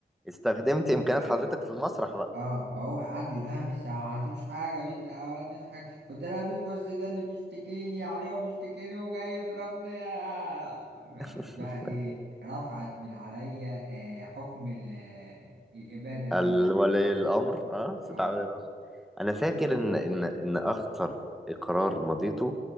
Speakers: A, in the centre; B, on the right.
A: استخدمت إمكانيات
B: ف...
A: حضرتك في المسرح بقى
B: اه فهو قعد يقول لها ميس أنا ما عملتلوش حاجه ميس أنا ما عملتلوش حاجه فقلت لها ميس بص ده اللي بيشتكيني يعني هو بيشتكيني وجاي يضربني آه،
A: <laughs>
B: قامت بقى ايه رفعت من عليا آه حكم ال- آه، الاباده اللي
A: ال-
B: هو من
A: ولي
B: ال...
A: الأمر اه استدعاء
B: اه
A: ولي الأمر أنا فاكر
B: لقيته
A: إن إن إن أخطر إقرار مضيته